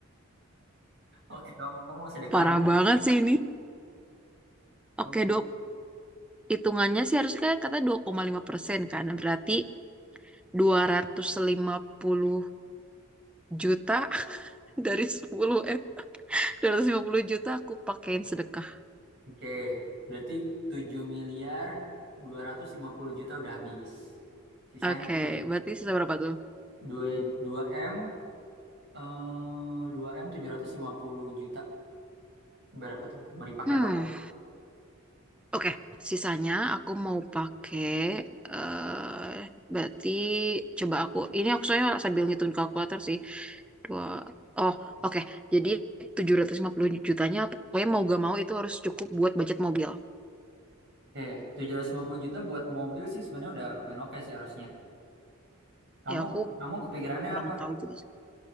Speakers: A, on the right; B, in the centre.
A: Oke, kamu, kamu mau sedekah
B: Parah
A: nih.
B: banget sih ini.
A: Kamu
B: Oke,
A: mau sedekah.
B: 20 hitungannya sih harusnya kayak kata 2,5 persen kan. Berarti 250 juta <laughs> dari 10 M. 250 juta aku pakein sedekah.
A: Oke, berarti tujuh miliar dua ratus lima puluh juta udah habis. Sisanya
B: Oke,
A: tuh
B: berarti sisa berapa tuh?
A: dua dua m eh 2M puluh juta. Berapa tuh? Mau dipakai
B: Hmm,
A: apa lagi?
B: oke. Sisanya aku mau pakai eh berarti coba aku ini aku soalnya sambil ngitung kalkulator sih. Dua Oh, oke. Jadi 750 jutanya pokoknya mau gak mau itu harus cukup buat budget mobil.
A: Oke, tujuh ratus lima puluh juta buat mobil sih sebenarnya udah lumayan oke sih harusnya. Kamu
B: Ya aku
A: kamu kepikirannya
B: kurang
A: apa?
B: tahu juga